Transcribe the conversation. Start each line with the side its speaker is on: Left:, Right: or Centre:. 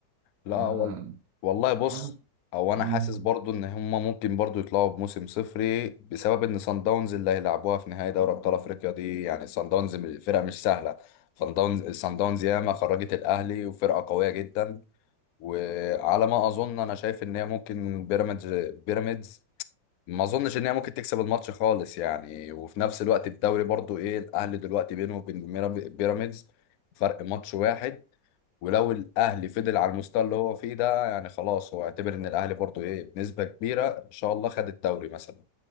Left: لا
Right: آه
Left: وال- والله بص
Right: حاسس
Left: او انا
Right: اه
Left: حاسس برضو ان هما ممكن برضو يطلعوا بموسم صفري بسبب ان صن داونز اللي هيلعبوها في نهائي دوري ابطال افريقيا دي يعني صن داونز من- فرقة مش سهلة صن داونز صن داونز ياما خرجت الاهلي وفرقة قوية جدا وعلى ما اظن انا شايف ان هي ممكن بيراميدز بيراميدز ما اظنش ان هي ممكن تكسب الماتش خالص يعني وفي نفس الوقت الدوري برضو ايه الاهلي دلوقتي بينه وبين ميرا- بيراميدز فرق ماتش واحد ولو الاهلي فضل على المستوى اللي هو فيه ده يعني خلاص هو اعتبر ان الاهلي برضو ايه بنسبة كبيرة ان شاء الله خد الدوري مثلا